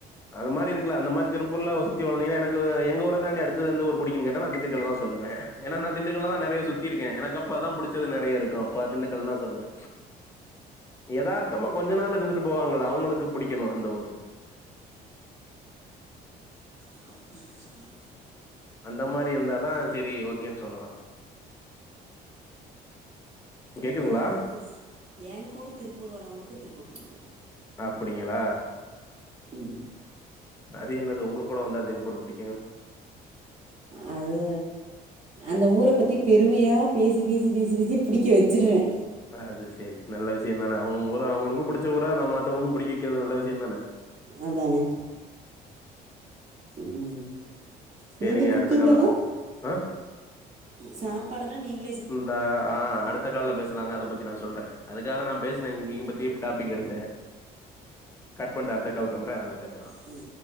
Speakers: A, on the left; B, on the right.
A: அதுமாரி இருக்குலா அந்த மாரித் திருப்பூர்ல ஒர் சுத் தி வந்தீங்கன்னா எனக்கு எங்க ஊர தாண்டி அடுத்து எந்த ஊரு புடிக்குன்னு கேட்டா நா திண்டுக்கல்ல தா சொல்லுவே ஏன்னா நா திண்டுக்கல்ல தா நெறயா சுத் தி இருக்கே எனக்கு அப்ப தா புடிச்சது நெறயா இருக்கூ அப்ப அ திண்டுக்கல் தா சொல்லுவே எதார்த்தமா கொஞ்ச நாள் இருந்துட்டு போவாங்களே அவ்ங்களுக்கு புடிக்கணோ அந்த ஊரு
B: <unintelligible> கஷ்டமா
A: அந்த மாரி இருந்தாதா செரி ஓக்கேன்னு சொல்லலா கேக்குதுங்களா
B: எங் கூட திருப் யெங் கூட திருப்பூர் வர்ரவங்களுக்கு திருப்பூர் புடிக்கும்
A: அப்பிடிங்களா
B: ம்
A: அது என்னது உங்க கூட வந்தா திருப்பூரு புடிக்கூ
B: ஆ அது அந்த ஊரப் பத்தி பெருமையா பேசி பேசி பேசி பேசி புடிக்க வச்சுருவே
A: அது சேரி நல்ல விஷயந்தான அவங்க ஊர அவங்களுக்கு புடிச்ச ஊரா நம்ம மத்தவங்க்கு புடிக்க வக்கிறது நல்ல விஷயந்தான
B: அதானே ம்
A: சரிங்க
B: நீங்க குக்கிங்கெல்லா
A: அடுத்த கால்ல பேச ஆ
B: சாப்பாடெல்லா நீங்க
A: இந்த அ அடுத்த கால்ல பேசலாங்க அத பத்தி நா சொல்ற அதுக்காக நா பேஸ்ன இன்னிக்கு பத்தி டாபிக் எடுத்தே கட் பண்ட்டு அடுத்த கால் பண்ற அதுல பேஸலா
B: ம்